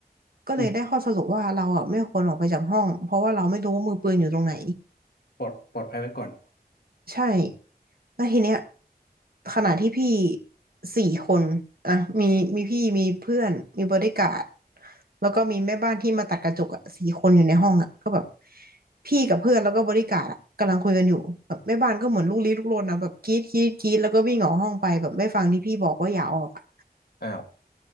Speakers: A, on the right; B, on the left.
A: ก็เลยได้ข้อสรุปว่าเราอ่ะไม่ควรออกไปจากห้องเพราะว่าเราไม่รู้ว่ามือปืนอยู่ตรงไหน
B: อุ๊ยปลอดปลอดภัยไว้ก่อน
A: ใช่แล้วทีเนี้ยขณะที่พี่สี่คนอ่ะมีมีพี่มีเพื่อนมีบอดี้การ์ดแล้วก็มีแม่บ้านที่มาตัดกระจกอ่ะสี่คนอยู่ในห้องอ่ะก็แบบพี่กับเพื่อนแล้วก็บอดี้การ์ดอ่ะกำลังคุยกันอยู่แบบแม่บ้านก็เหมือนลูกลี้ลุกลนนะแบบกรี๊ดกรี๊ดกรี๊ดแล้วก็วิ่งออกห้องไปแบบไม่ฟังที่พี่บอกว่าอย่าออกอ่ะ
B: อ้าว